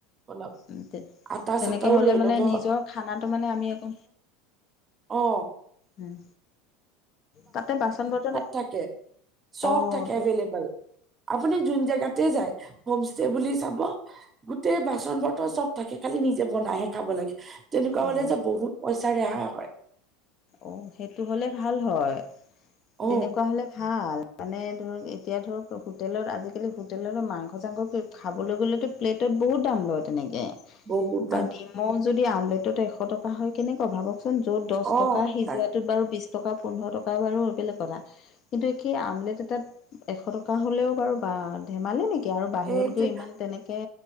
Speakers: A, on the right; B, on the left.
A: অলপ
B: উম তে
A: আটা
B: তেনেকে
A: চাটাও
B: হলে
A: লৈ
B: মানে
A: ল'ব
B: নিজৰ খানাটো মানে আমি একো
A: অ
B: উম তাতে বাচন বৰ্তন
A: থাকে চব
B: অঁ
A: থাকে এভেইলেবল। আপুনি যোন জেগাতে যায় হোম ষ্টে বুলি চাব গোটেই বাচন বৰ্তন চব থাকে খালি নিজে বনাইহে খাব লাগে। তেনেকুৱা
B: খাব
A: হলে যে বহুত পইচা ৰেহাই হয়।
B: অ সেইটো হলে ভাল হয়
A: অ
B: তেনেকুৱা হলে ভাল। মানে ধৰক এতিয়া ধৰক হোটেলত আজিকালি হোটেলত মাংস চাংস খাবলৈ গ'লেতো। প্লেটত বহুত দাম লয় তেনেকে।
A: বহুত দাম
B: আৰু ডিমৌ যদি আমলেটত এশ টকা হয় কেনেকা ভাবকচোন য'ত দহ
A: অ
B: টকা সিজোৱাটোত
A: তাকে
B: বাৰু বিশ টকা পোন্ধৰ টকা বাৰু বেলেগ কথা। কিন্তু কি আমলেট এটাত এশ টকা হ'লেও বাৰু বা ধেমালি নেকি। এতিয়া আৰু বাহিৰত
A: সেইটোৱে
B: গৈ ইমান তেনেকে